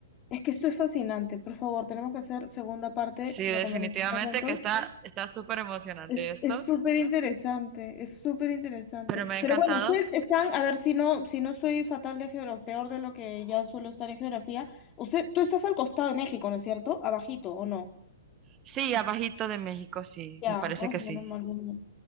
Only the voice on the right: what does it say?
Sí,
definitivamente
que está, está súper emocionante
esto,
pero me ha
encantado.
Sí, abajito de México, sí,
me parece
que
sí.